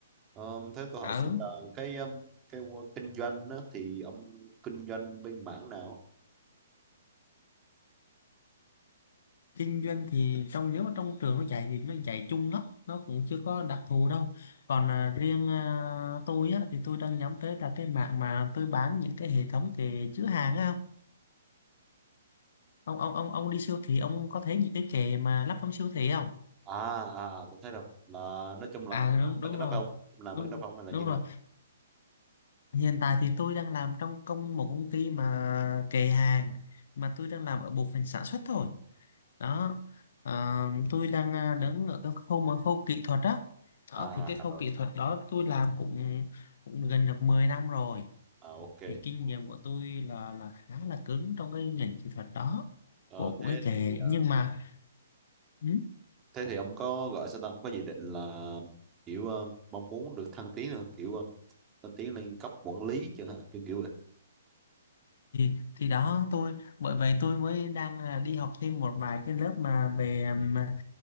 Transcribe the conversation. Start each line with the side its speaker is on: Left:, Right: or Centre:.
Right: Um, thế tôi hỏi
Left: ở
Right: xin là cái um, cái wo- kinh doanh á, thì ông kinh doanh bên mảng nào?
Left: kinh doanh thì trong nếu mà trong trường nó dạy thì nó dạy chung lắm nó cũng chưa có đặc thù đâu còn à, riêng à, tôi á thì tôi đang nhắm tới là cái mạng mà tôi bán những cái hệ thống kệ chứa hàng á không ông ông ông ông đi siêu thị ông có thấy những cái kệ mà lắp trong siêu thị không
Right: À, à, à, tôi thấy rồi. Là nói chung là
Left: à
Right: ông làm
Left: đúng đúng
Right: mấy cái đó
Left: rồi
Right: phải không? Ông làm
Left: đúng
Right: mấy cái đó phải không hay là
Left: đúng
Right: như thế
Left: rồi
Right: nào?
Left: Hiện tại thì tôi đang làm trong công một công ty mà kệ hàng mà tôi đang làm ở bộ phận sản xuất thôi đó Ờ, tôi đang à, đứng ở cái khâu mà khâu kỹ thuật đó đó
Right: À,
Left: thì cái khâu
Right: rồi.
Left: kỹ thuật đó tôi làm cũng, cũng gần được 10 năm rồi
Right: À, ok.
Left: thì kinh nghiệm của tôi là là khá là cứng trong cái ngành kỹ thuật đó
Right: Ờ,
Left: của của
Right: thế
Left: cái kệ
Right: thì ờ,
Left: nhưng mà ừ,
Right: thế thì ông có gọi sao ta? Ông có dự định là kiểu ờ, mong muốn được thăng tiến không kiểu ờ, thăng tiến lên cấp quản lý chẳng hạn, kiểu kiểu vậy.
Left: thì thì đó tôi bởi vậy tôi mới đang là đi học thêm một vài cái lớp mà về ừm, à,